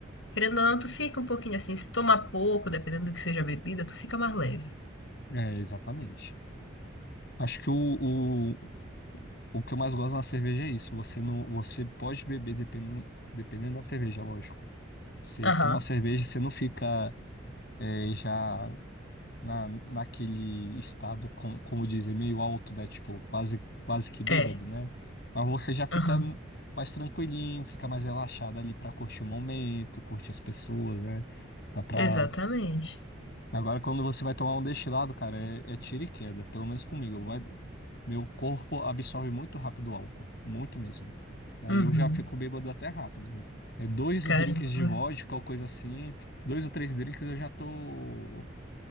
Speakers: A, on the left; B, on the left.
A: querendo ou não, tu fica um pouquinho assim, se tomar pouco, dependendo do que seja a bebida, tu fica mais leve.
B: é, exatamente. Acho que o, o, o que eu mais gosto na cerveja é isso. Você não, você pode beber dependendo, dependendo da cerveja, lógico. Você
A: Aham.
B: toma cerveja, você não fica é, já na, naquele estado, com, como dizem, meio alto, né? Tipo, quase, quase que bêbado,
A: É,
B: né? Mas você já fica
A: aham,
B: mais tranquilinho, fica mais relaxado ali pra curtir o momento, curtir as pessoas, né? Dá pra...
A: exatamente.
B: Agora, quando você vai tomar um destilado, cara, é, é tiro e queda, pelo menos comigo. Vai- Meu corpo absorve muito rápido o álcool, muito mesmo. Aí
A: Uhum,
B: eu já fico bêbado até rápido. É dois
A: caramba,
B: drinks de vodka ou coisa assim, dois ou três drinks eu já tô